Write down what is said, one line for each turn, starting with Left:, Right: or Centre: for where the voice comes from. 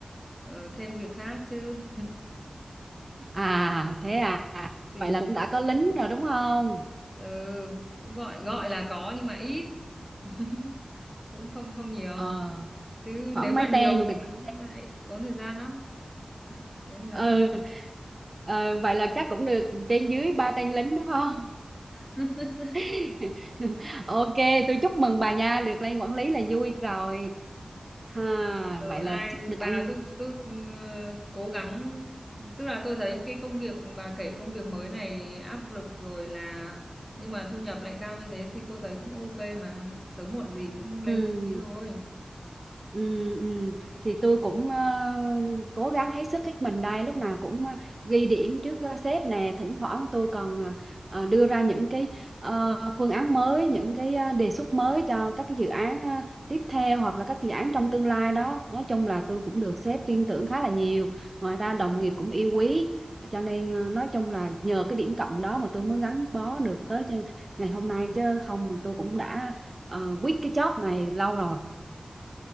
Centre: ờ, thêm việc khác chứ
Right: À thế à.
Centre: thì
Right: Vậy
Centre: mình
Right: là cũng đã có lính rồi đúng không?
Centre: ừ, cũng gọi gọi là có nhưng mà ít <laughs> cũng không không nhiều
Right: Ờ,
Centre: chứ
Right: khoảng
Centre: nếu mà
Right: mấy
Centre: nhiều
Right: tên được
Centre: thì
Right: mấy-
Centre: cũng lại tốn thời gian lắm tốn thời
Right: ừ,
Centre: gian không
Right: ờ, vậy là chắc cũng được trên dưới ba tên lính đúng không?
Centre: <laughs>
Right: <laughs> Ok, tôi chúc mừng bà nha, được lên quản lý là vui rồi. Ha,
Centre: Ờ,
Right: vậy
Centre: ai
Right: là chắc được
Centre: bà
Right: ăn
Centre: cứ cứ ừ, cố gắng tức là tôi thấy cái công việc bà kể công việc mới này áp lực rồi là nhưng mà thu nhập lại cao như thế thì tôi thấy cũng ok mà sớm muộn gì cũng lên
Right: ừ.
Centre: quản lý thôi
Right: Ừ, ừ. Thì tôi cũng ờ, cố gắng hết sức hết mình đây lúc nào cũng ờ, ghi điểm trước ờ, sếp nè thỉnh thoảng tôi còn ờ, ờ, đưa ra những cái ờ, phương án mới những cái ờ, đề xuất mới cho các cái dự án ờ, tiếp theo hoặc là các dự án trong tương lai đó nói chung là tôi cũng được sếp tin tưởng khá là nhiều ngoài ra đồng nghiệp cũng yêu quý cho nên ờ, nói chung là nhờ cái điểm cộng đó mà tôi mới gắn bó được tới cho ngày hôm nay chứ không mà tôi cũng đã ờ, quit cái job này lâu rồi